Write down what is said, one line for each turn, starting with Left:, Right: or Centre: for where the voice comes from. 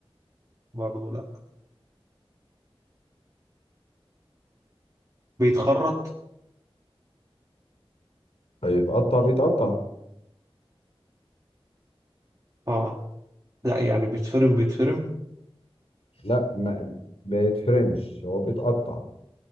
Right: برضه لا بيتخرط
Left: هيتقطع بيتقطع
Right: اه لا يعني بيتفرم بيتفرم
Left: لا ما ما يتفرمش هو بيتقطع